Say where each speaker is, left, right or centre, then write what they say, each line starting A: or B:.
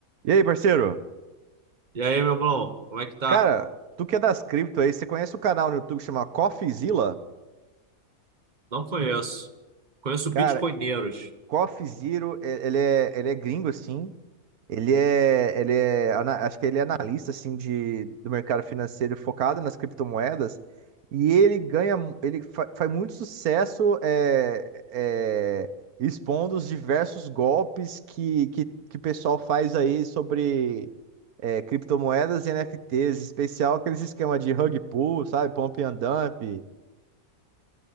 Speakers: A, on the right; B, on the right.
A: E aí, parceiro?
B: E aí, meu irmão, como é que tá?
A: Cara, tu que é das cripto aí, você conhece o canal no YouTube que chama CoffeeZilla?
B: Não conheço. Conheço
A: Cara,
B: bitcoineiros.
A: CoffeeZero, é- ele é, ele é gringo, assim, Ele é, ele é, ana- acho que ele é analista assim de, do mercado financeiro focado nas criptomoedas e ele ganha, mu- ele fa- faz muito sucesso é, é, expondo os diversos golpes que, que, que o pessoal faz aí sobre é, criptomoedas e NFTs, em especial aqueles esquemas de rug pull, sabe, pump and dump,